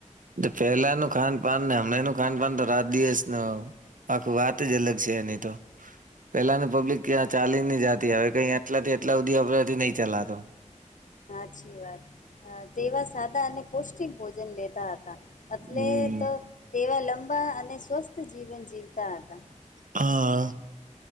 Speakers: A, on the right; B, on the left.
A: પેલાનું ખાન પાાન ને હમણૂ નું ખાન પાાન તો રાત દિવસ નું આખું વાત જ અલગ છે એની તો. પેલાના પબ્લિક ક્યાં ચાલી ને જાતી, હવે કઈ આટલાથી આટલા હુધી આપણાથી નહીં ચલાતું.
B: હાચી વાત. અહ તેવા સાદા અને પૌષ્ટિક ભોજન લેતા હતા. એટલે
A: હમ
B: તો તેવા લંબા અને સ્વસ્થ જીવન જીવતા હતા.
A: હા.